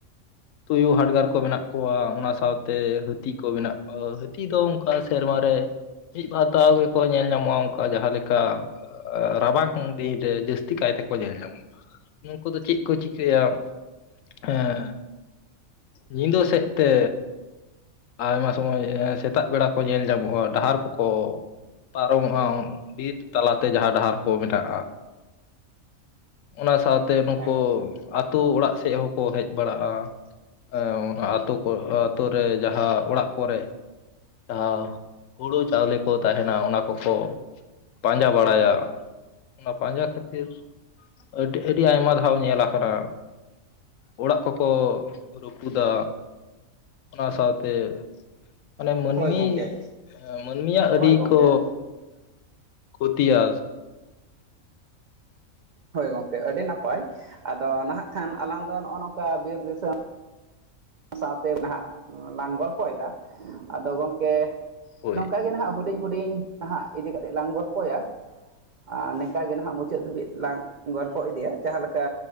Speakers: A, on the left; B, on the right.
A: ᱛᱩᱭᱩ ᱦᱟᱰᱜᱟᱨ ᱠᱚ ᱢᱮᱱᱟᱜ ᱠᱚᱣᱟ ᱚᱱᱟ ᱥᱟᱶᱛᱮ ᱦᱟᱹᱛᱤ ᱠᱚ ᱢᱮᱱᱟᱜ ᱠᱚᱣᱟ ᱦᱟᱹᱛᱤ ᱫᱚ ᱚᱱᱠᱟ ᱥᱮᱨᱢᱟ ᱨᱮ ᱢᱤᱫ ᱵᱟᱨ ᱫᱷᱟᱣ ᱜᱮᱠᱚ ᱧᱮᱞ ᱧᱟᱢᱚᱜᱼᱟ ᱚᱱᱠᱟ ᱡᱟᱦᱟᱸ ᱞᱮᱠᱟ ᱨᱟᱵᱟᱝ ᱫᱤᱱ ᱨᱮ ᱡᱟᱹᱥᱛᱤ ᱠᱟᱭ ᱛᱮᱠᱚ ᱧᱮᱞ ᱧᱟᱢᱚᱜ ᱟ ᱱᱩᱠᱩ ᱫᱚ ᱪᱮᱫ ᱠᱚ ᱪᱤᱠᱟᱹᱭᱟ ᱮᱸ ᱧᱤᱫᱟᱹ ᱥᱮᱫ ᱛᱮ ᱟᱭᱢᱟ ᱥᱚᱢᱚᱭ ᱥᱮᱛᱟᱜ ᱵᱮᱲᱟ ᱠᱚ ᱧᱮᱞ ᱧᱟᱢᱚᱜᱼᱟ ᱰᱟᱦᱟᱨ ᱠᱚᱠᱚ ᱯᱟᱨᱚᱢᱚᱜᱼᱟ ᱵᱤᱨ ᱛᱟᱞᱟᱛᱮ ᱡᱟᱦᱟᱸ ᱰᱟᱦᱟᱨ ᱠᱚ ᱢᱮᱱᱟᱜᱼᱟ ᱚᱱᱟ ᱥᱟᱶᱛᱮ ᱱᱩᱠᱩ
B: ᱦᱮᱸ ᱜᱚᱝᱠᱮ
A: ᱟᱛᱳ ᱚᱲᱟᱜ ᱥᱮᱫ ᱦᱚᱸᱠᱚ ᱦᱮᱡ ᱵᱟᱲᱟᱜᱼᱟ ᱦᱮᱸ ᱚᱱᱟ ᱟᱹᱛᱳ ᱠᱚ ᱟᱛᱳ ᱨᱮ ᱡᱟᱦᱟᱸ ᱚᱲᱟᱜ ᱠᱚᱨᱮ <unintelligible> ᱦᱩᱲᱩ ᱪᱟᱣᱞᱮ ᱠᱚ ᱛᱟᱦᱮᱱᱟ ᱚᱱᱟ ᱠᱚᱠᱚ ᱯᱟᱸᱡᱟ ᱵᱟᱲᱟᱭᱟ ᱚᱱᱟ ᱯᱟᱸᱡᱟ ᱠᱷᱟᱹᱛᱤᱨ ᱟᱹᱰᱤ ᱟᱹᱰᱤ ᱟᱭᱢᱟ ᱫᱷᱟᱣ ᱧᱮᱞ ᱟᱠᱟᱱᱟ ᱚᱲᱟᱜ ᱠᱚᱠᱚ ᱨᱩᱯᱩᱫᱟ ᱚᱱᱟ ᱥᱟᱶᱛᱮ ᱢᱟᱱᱮ ᱢᱟᱹᱱᱢᱤ
B: ᱦᱳᱭ ᱜᱚᱝᱠᱮ
A: ᱢᱟᱹᱱᱢᱤᱭᱟᱜ
B: ᱦᱳᱭ
A: ᱟᱹᱰᱤ
B: ᱜᱚᱢᱠᱮ
A: ᱠᱚ ᱠᱷᱚᱛᱤᱭᱟ
B: ᱦᱳᱭ ᱜᱚᱝᱠᱮ ᱟᱹᱰᱤ ᱱᱟᱯᱟᱭ ᱟᱫᱚ ᱱᱟᱦᱟᱜ ᱠᱷᱟᱱ ᱟᱞᱟᱝ ᱫᱚ ᱱᱚᱜᱼᱚ ᱱᱚᱝᱠᱟ ᱵᱤᱨ ᱫᱤᱥᱚᱢ ᱥᱟᱶᱛᱮ ᱱᱟᱦᱟᱜ ᱞᱟᱝ ᱜᱚᱞᱯᱷᱚᱭᱮᱫᱟ ᱟᱫᱚ ᱜᱚᱢᱠᱮ
A: ᱦᱳᱭ
B: ᱱᱚᱝᱠᱟ ᱜᱮ ᱱᱟᱦᱟᱜ ᱦᱩᱰᱤᱧ ᱦᱩᱰᱤᱧ ᱱᱟᱦᱟᱜ ᱤᱫᱤ ᱠᱟᱛᱮ ᱞᱟᱝ ᱜᱚᱞᱯᱚᱭᱟ ᱟᱨ ᱱᱤᱝᱠᱟᱜ ᱜᱮ ᱱᱟᱦᱟᱜ ᱢᱩᱪᱟᱹᱫ ᱫᱷᱟᱹᱵᱤᱡ ᱞᱟᱝ ᱜᱚᱞᱯᱚ ᱤᱫᱤᱭᱟ ᱡᱟᱦᱟᱸ ᱞᱮᱠᱟ